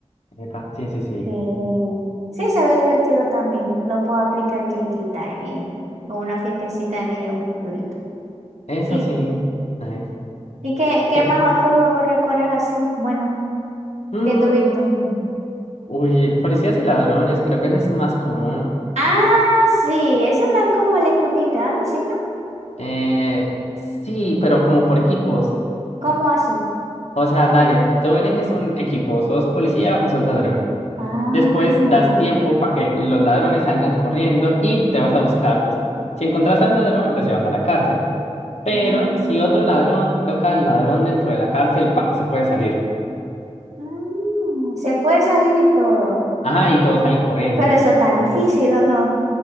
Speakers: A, on the left (about 65°); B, on the right (about 70°).
A: Epa, sí, sí, sí.
B: Sí. Sí, se ve divertido también. Lo puedo aplicar quien quita eh, o una fiestecita de niños en un futurito.
A: Eso
B: Sí.
A: sí. Nice.
B: ¿Y qué, qué
A: Bien.
B: más otros juegos recorres así? Bueno,
A: Mm.
B: ¿qué tuviste?
A: Uy, policías y ladrones, creo que ese es más común.
B: Ah, sí. Eso no es como el escondite, algo así, ¿no?
A: Eh, sí, pero como por equipos.
B: ¿Cómo así?
A: O sea, dale, tú eliges un equipo, sos policía o sos ladrón.
B: Ah,
A: Después das tiempo para que los ladrones salgan corriendo y te vas a buscarlos. Si encontrás a un ladrón, los llevas a la cárcel. Pero
B: ah,
A: si otro ladrón toca al ladrón dentro de la cárcel, pa, se puede salir.
B: ah, se puede salir y todo.
A: Ajá, y todos salen corriendo.
B: Pero eso está difícil, ¿o no?